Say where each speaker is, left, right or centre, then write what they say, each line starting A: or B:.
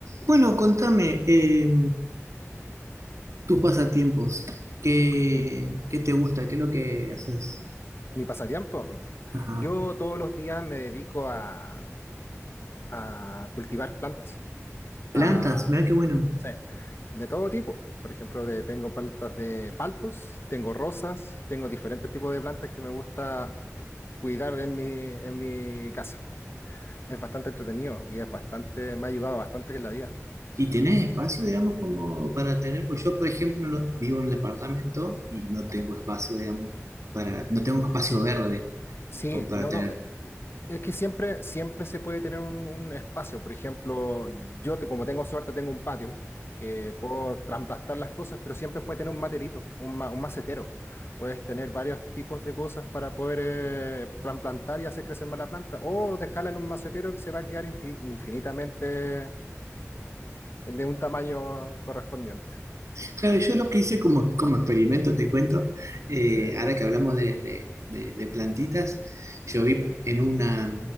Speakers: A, on the right (about 70°); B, on the left (about 50°).
A: Bueno, contame eh, tus pasatiempos. ¿Qué,
B: Mi
A: qué te gusta? ¿Qué es lo que haces?
B: mi pasatiempo.
A: Ajá.
B: Yo todos los días me dedico a, a cultivar plantas,
A: Plantas,
B: a,
A: mira qué bueno.
B: sí, de todo tipo. Por ejemplo, de- tengo plantas de paltos, tengo rosas, tengo diferentes tipos de plantas que me gusta cuidar en mi, en mi casa. Es bastante entretenido y es bastante, me ha ayudado bastante en la vida.
A: ¿Y tenés espacio, digamos, como para tener? Pues yo, por ejemplo, no- vivo en un departamento y no tengo espacio, digamos, para, no tengo espacio verde
B: Sí,
A: como para
B: no,
A: tener.
B: no, Es que siempre, siempre se puede tener un, un espacio. Por ejemplo, yo te- como tengo suerte, tengo un patio que puedo trasplantar las cosas, pero siempre puedes tener un materito, un, ma- un macetero. Puedes tener varios tipos de cosas para poder eh, trasplantar y hacer crecer más la planta, o dejarla en un macetero que se va a quedar infi- infinitamente de un tamaño correspondiente.
A: Claro, yo lo que hice como, como experimento, te cuento, eh,
B: Sí,
A: ahora que hablamos de, de- de- de plantitas, yo vi en una,